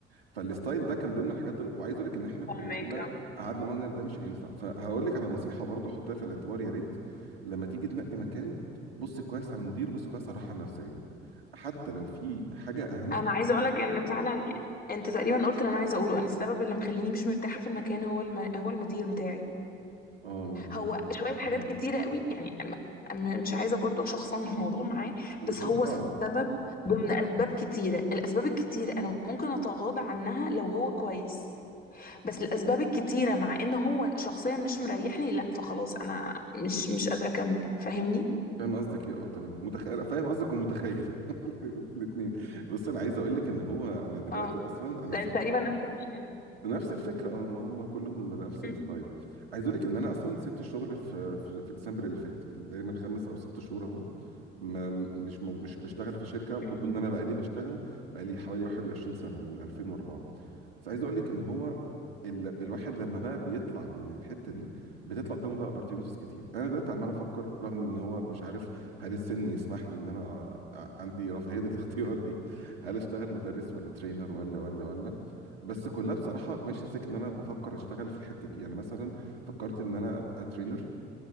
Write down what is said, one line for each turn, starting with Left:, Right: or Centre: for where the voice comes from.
Right: فالستايل ده كان ضمن الحاجات اللي- وعايز اقول لك ان احنا كلنا
Left: فهمك
Right: قعدنا معانا ده مش هينفع فهقول لك على نصيحه برضو حطها في الاعتبار يا ريت لما تيجي تنقي مكان بص كويس على المدير بص كويس على الراحه النفسيه حتى لو في حاجه اهم
Left: انا عايزه اقولك ان فعلا انت تقريبا قلت اللي انا عايزه اقوله انا السبب اللي مخليني مش مرتاحه في المكان هو الم... هو المدير بتاعي
Right: اه ما دي
Left: هو شوية حاجات
Right: مهم.
Left: كتيرة قوي يعني م- م- مش عايزة برضو أشخصن الموضوع معاه
Right: مش
Left: بس هو
Right: انت... اه
Left: سبب ضمن أسباب كتيرة الأسباب الكتيرة أنا ممكن أتغاضى عنها لو هو كويس بس الأسباب الكتيرة مع إن هو شخصيا مش مريحني لا فخلاص أنا مش مش قادرة أكمل فاهمني؟
Right: فاهم قصدك ايه اه تمام متخيل فاهم قصدك ومتخيل <laughs> الاثنين بس انا عايز اقول لك ان هو انا دلوقتي
Left: اه
Right: اصلا انا
Left: لأن
Right: سبت
Left: تقريبا نفس المشكلة
Right: نفس الفكره اه ما هم كلهم نفس
Left: م-
Right: الستايل عايز اقول لك ان انا اصلا سبت الشغل في في, في ديسمبر اللي فات يعني تقريبا خمس او ست شهور اهو ما مش مو- مش بشتغل في شركه
Left: م-
Right: قلت ان انا بقالي بشتغل بقالي حوالي 21 سنه من 2004 فعايز اقول لك ان هو ال... الواحد لما بقى بيطلع من الحته دي بتطلع قدامه بقى opportunities كتير انا دلوقتي عمال افكر رغم ان هو مش عارف هل السن يسمح لي ان انا أ- أ- عندي رفاهيه <laughs> الاختيار دي هل اشتغل مدرس ولا ترينر ولا ولا ولا بس كلها بصراحه ماشيه في سكه ان انا بفكر اشتغل في الحته دي يعني مثلا فكرت ان انا ابقى ترينر